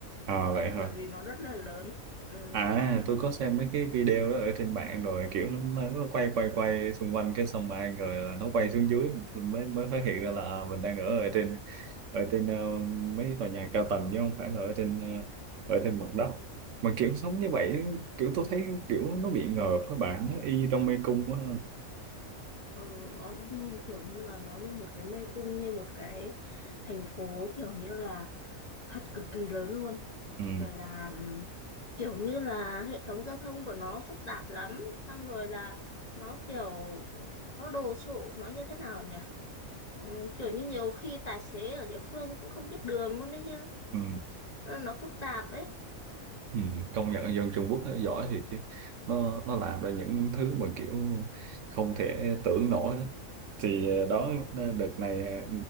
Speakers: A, on the right; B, on the left.
A: à, vậy hả
B: bởi vì nó rất là lớn ừ.
A: À tôi có xem mấy cái video đó ở trên mạng rồi kiểu nó, nó quay quay quay xung quanh cái xong ai rồi là nó quay xuống dưới mới mới phát hiện ra là à, mình đang ở ở trên ở trên ờ, mấy tòa nhà cao tầng chứ không phải là ở trên ờ, ở trên mặt đất mà kiểu sống như vậy kiểu tôi thấy kiểu nó bị ngợp các bạn nó y trong mê cung quá
B: Ừ, nó kiểu như là nó như một cái mê cung như một cái thành phố kiểu như là thật cực kỳ lớn luôn
A: ừ,
B: rồi là ừm, kiểu như là hệ thống giao thông của nó phức tạp lắm xong rồi là nó kiểu nó đồ sộ nó như thế nào nhỉ Ừm, kiểu như nhiều khi tài xế ở địa phương cũng không biết đường luôn đấy chứ
A: ừ.
B: nó phức tạp ấy
A: Ừ, công nhận dân Trung Quốc nó giỏi thiệt chứ nó nó làm ra những thứ mà kiểu không thể tưởng nổi đó. thì ờ, đó ờ, đợt này ờ,